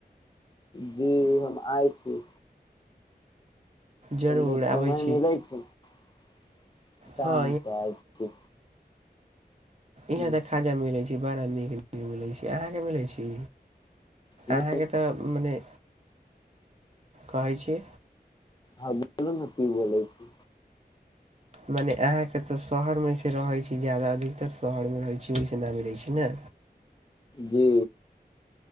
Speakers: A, on the left; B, on the right.
A: जी हम आइ छी
B: जरूर
A: तऽ नीक समय
B: आबै छी
A: मिलै छैतय
B: हँ
A: अहाँसँ आय छी
B: इहाँ
A: हूँ
B: तऽ खाजा मिलै छै बड़ा नीक नीक मिलै छी अहाँके मिलै छी
A: हूँ
B: अहाँकेँ तऽ मने कहै छी
A: हँ बोलू ह ती बोलै छी
B: मने अहाँके तऽ शहरमेइसे रहै छी ज्यादा अधिकतर शहरमे रहै छी वहिसँ न मिलै छै ने
A: जी